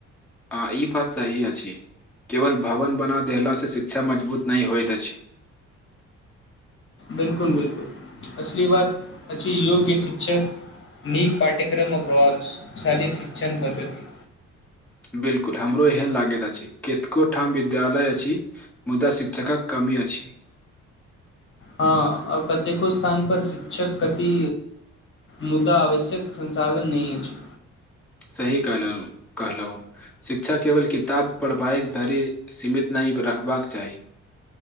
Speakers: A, in the centre; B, on the left.
A: आ ई बात सही अछि केवल भवन बना देलासँ शिक्षा मजबूत नहि होइत अछि
B: बिल्कुल-बिल्कुल असली बात अच्छी योग्य शिक्षक नीक पाठ्यक्रममे प्रभावशाली शिक्षण पद्धति
A: बिल्कुल हमरो एहन लागैत अछि कतको ठाम विद्यालय अछि मुदा शिक्षकक कमी अछी
B: हँ कतेको स्थान पर शिक्षक कति मुद्दा आवश्यक संसाधन नहि अछि
A: सही कहलहु कहलहु शिक्षा केवल किताब पढ़बाई धरि सीमित नहि रखबाक चाही